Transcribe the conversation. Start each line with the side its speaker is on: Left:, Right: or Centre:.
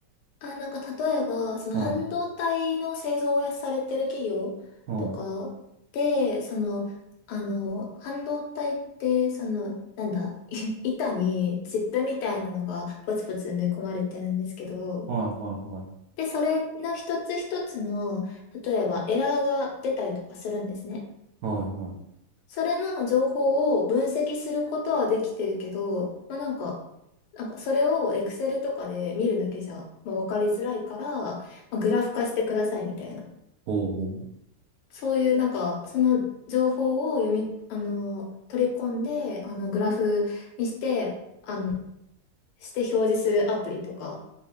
Left: あ、なんか例えば、その半導体の製造をされてる企業とかで、
Right: はい、はい、
Left: その、あの、半導体って、その、なんだ、<laughs> い板にチップみたいなのがポツポツ埋め込まれてるんですけど、
Right: はい、はい、はい。
Left: で、それの一つ一つの、例えばエラーが出たりとかするんですね。
Right: はいはい。
Left: それの情報を分析することはできてるけど、まあなんか、なんかそれを Excel とかで見るだけじゃ、まあ、わかりづらいから、まあ、グラフ化してくださいみたいな。
Right: おうおう。
Left: そういうなんか、その情報を読み、あの、取り込んで、あの、グラフにして、あの、して表示するアプリとか、